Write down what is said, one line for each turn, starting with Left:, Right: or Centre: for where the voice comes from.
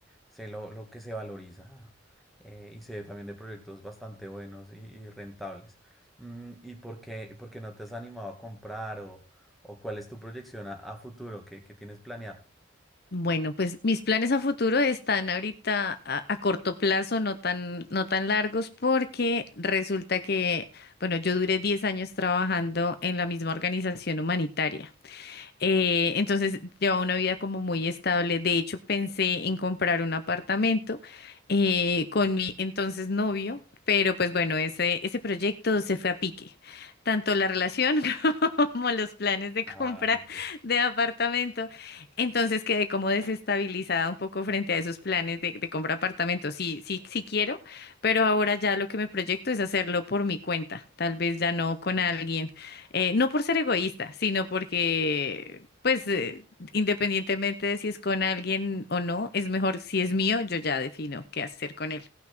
Centre: sé, sé lo, lo que se valoriza eh, y sé también de proyectos bastante buenos y, y rentables. Mm, ¿y por qué, por qué no te has animado a comprar o, o cuál es tu proyección a, a futuro que, tienes planeado?
Left: Bueno, pues mis planes a futuro están ahorita a, a corto plazo, no tan, no tan largos, porque resulta que, bueno, yo duré 10 años trabajando en la misma organización humanitaria. Eh, entonces lleva una vida como muy estable. De hecho, pensé en comprar un apartamento eh, con mi entonces novio, pero pues bueno, ese, ese proyecto se fue a pique. Tanto la relación <laughs> como los planes de compra
Centre: Ay,
Left: de apartamento. Entonces quedé como desestabilizada un poco frente a esos planes de, de compra de apartamento. Sí, sí, sí quiero, pero ahora ya lo que me proyecto es hacerlo por mi cuenta, tal vez ya no con alguien. Eh, no por ser egoísta, sino porque, pues, eh, independientemente de si es con alguien o no, es mejor si es mío, yo ya defino qué hacer con él.